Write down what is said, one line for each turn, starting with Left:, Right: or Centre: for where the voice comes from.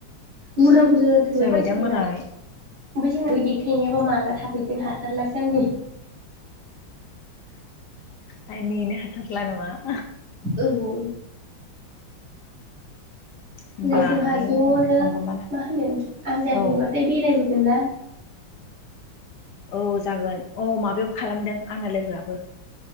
Right: बुरजा बुरजा जाथारबाय
Left: जाबायदां
Right: मानसिफोरना
Left: मालाय
Right: ओमफ्राय जोंनाव बै देखायनायाबा माला थाफैगोन हाथारलासो आङो।
Left: आइ नेनो हाथारला नामा?
Right: औ औ।
Left: होमबा
Right: नै जोंहा
Left: आयु
Right: जनो
Left: आंबा माला
Right: मा होनो आनजाद
Left: औ
Right: हैयबाथाय बेरायबो बिना।
Left: औ जागोन औ माबायाव खालामदों आङो लोगोआबो